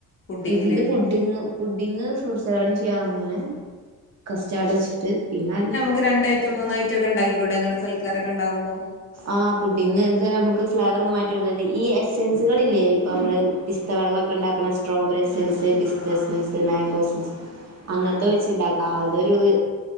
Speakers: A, on the left (about 35°); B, on the right (about 45°).
A: പുഡിങ്ങില്
B: ഇതില് പുഡിങ്ങും പുഡിങ്ങ് ഫ്രൂട്ട്സലാഡും ചെയ്യാ അങ്ങനെ കസ്റ്റാർഡെച്ചിട്ട്, പിന്നെ അതന്നെ
A: ത് രണ്ടായി മൂന്നായിട്ടൊക്ക ഉണ്ടാക്കിക്കൂടെങ്ങന സൽക്കാരൊക്കെ ഉണ്ടാവുമ്പോ?
B: ആഹ് പുഡിങ് ഇത് നമുക്ക് ഫ്ലേവർങ്ങ് മാറ്റി കൊടുത്താ മതി ഈ എസൻസുകൾ ഇല്ലേ ഇപ്പൊ മ്മള്. പിസ്ത വെള്ളൊക്കെ ഉണ്ടാക്ക്ണ. സ്ട്രോബെറി എസൻസ്
A: ആഹ്
B: പിസ്ത
A: ആഹ് ആഹ്
B: എസൻസ് മാംഗോ എസൻസ് അങ്ങനത്തെ
A: ആഹ്
B: വെച്ചുണ്ടാ ആഹ് അതൊരു